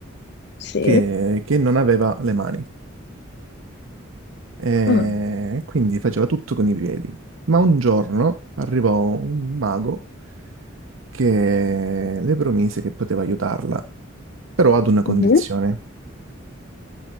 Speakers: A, on the left; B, on the right.
A: Sì.
B: che, che non aveva le mani e
A: Ah,
B: quindi faceva tutto con i piedi. Ma un giorno arrivò un mago che le promise che poteva aiutarla, però ad una condizione.
A: mhm.